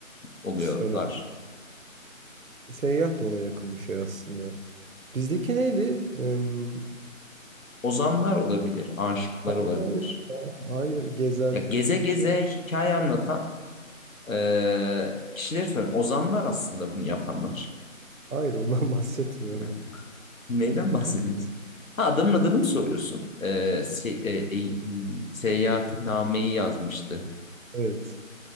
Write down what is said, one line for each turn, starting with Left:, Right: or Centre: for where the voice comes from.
Left: oluyorlar.
Right: Siyon'a. Seyyah da ona yakın bir şey aslında. Bizdeki neydi? Em,
Left: Ozanlar olabilir, aşıklar
Right: hayır,
Left: olabilir.
Right: hayır, hayır, gezen.
Left: Ya geze geze hikaye anlatan e, kişileri söylüyorum. Ozanlar aslında bunu yapanlar.
Right: Hayır ondan <laughs> bahsetmiyorum.
Left: <laughs> Neyden bahsediyorsun? Ha adamın adını mı soruyorsun? E, se, e, Eyüp- hmm, seyahatnameyi yazmıştı.
Right: Evet.